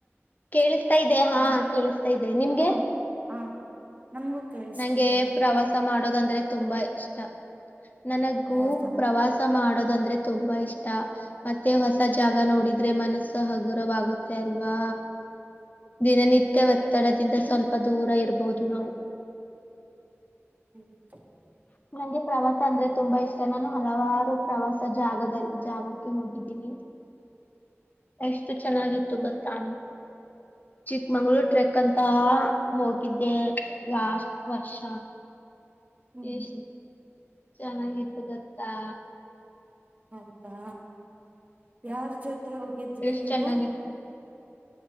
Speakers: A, on the left (about 35°); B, on the right (about 35°).
A: ಕೇಳುಸ್ ತಾ ಇದ್ಯಾ ಹಾಂ
B: ಹ
A: ಕೇಳಿಸ್ತಾ ಇದೆ ನಿಮ್ಗೆ?
B: ಹ ಹ ನಮಗೂ ಕೇಳಿಸ್ತಿದೆ
A: ನಂಗೆ ಪ್ರವಾಸ ಮಾಡ್ ಮಾಡೋದಂದ್ರೆ ತುಂಬಾ ಇಷ್ಟ. ನನಗು
B: ಹೌದಾ
A: ಪ್ರವಾಸ ಮಾಡೋದಂ ದ್ರೆ ತುಂಬಾ ಇಷ್ಟ ಮತ್ತೆ ಹೊಸ ಜಾಗ ನೋಡಿದ್ರೆ ಮನಸ್ಸು ಹಗುರವಾಗುತ್ತೆ ಅಲ್ವಾ ದಿನನಿ <unintelligible>
B: ಹ್ಮ
A: ಪ್ಪ ದೂರ ಇರ್ಬಹುದು ನಾವು
B: <unintelligible>
A: <unintelligible> ಪ್ರವಾಸ ಅಂದ್ರೆ ತುಂಬಾ ಇಷ್ಟ ನಾನು ಹಲವಾರು ಪ್ರವಾಸ ಜಾಗದಲ್ ಜಾಗಕ್ಕೆ ಹೋಗಿದ್ದೀನಿ ಎಷ್ಟು ಚೆನ್ನಾಗಿತ್ತು
B: ಹ್ಮ್
A: ಗೊತ್ತಾ ಚಿಕ್ಮಂಗ್ಳೂರು ಟ್ರೆಕ್ ಅಂ ಪ ಹೋಗಿದ್ದೆ ಲಾಸ್ಟ್ ವರ್ಷ
B: ಹ್ಮ್
A: ಎಶ್ ಚೆನ್ನಾಗಿತ್ತು ಗೊತ್ತಾ?
B: ಹೌದಾ ಯಾರ್ ಜೊತೆ ಹೋಗಿದ್ರಿ
A: ಎಷ್ಟ್
B: ನೀವು?
A: ಚೆನ್ನಾಗಿತ್ತು.